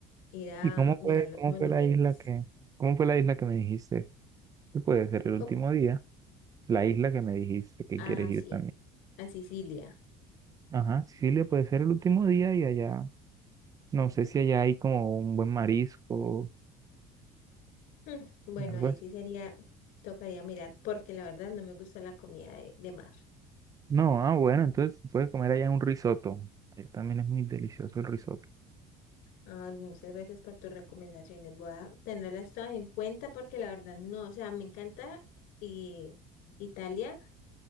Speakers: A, on the left; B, on the right.
A: ir a
B: ¿Y cómo
A: mirar
B: fue,
A: los
B: cómo
A: monumentos.
B: fue la isla que, cómo fue la isla que me dijiste que puede ser el
A: ¿Cómo?
B: último día? La isla que me dijiste que
A: Ah,
B: quieres ir
A: sí,
B: también.
A: a Sicilia.
B: Ajá, Sicilia puede ser el último día y allá, no sé si allá hay como un buen marisco,
A: Mm, Bueno,
B: algo
A: ahí
B: así.
A: sí sería, tocaría mirar, porque la verdad no me gusta la comida de, de mar.
B: No, ah, bueno, entonces puedes comer allá un risotto. Allá también es muy delicioso el risotto.
A: Ay, muchas gracias por tus recomendaciones. Voy a tenerlas todas en cuenta porque la verdad no, o sea, me encanta y Italia,